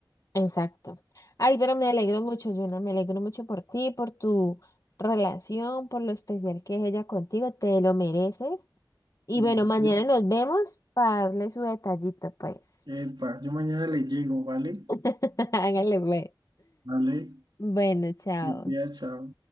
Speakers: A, on the left; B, on the right.
A: Exacto. Ay, pero me alegro mucho, Yuna, me alegro mucho por ti, por tu relación, por lo especial que es ella contigo, te lo mereces. Y
B: Gracias.
A: bueno, mañana nos vemos para darle su detallito, pues.
B: Epa, yo mañana le llego, ¿vale?
A: <laughs> Hágale, pues.
B: Vale,
A: Bueno, chao.
B: te cuidas, chao.